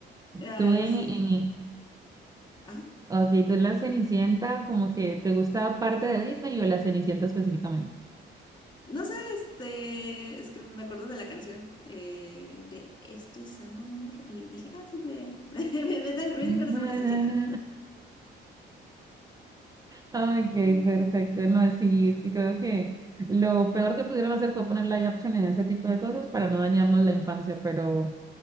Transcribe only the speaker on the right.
Tú en,
en,
ok, tú en la Cenicienta, como que te gusta parte de Disney o la Cenicienta específicamente.
Na,
na, na. Ok,
perfecto. No, sí, yo creo que lo peor que pudieron hacer fue poner live action en ese tipo de cosas para no dañarnos la infancia, pero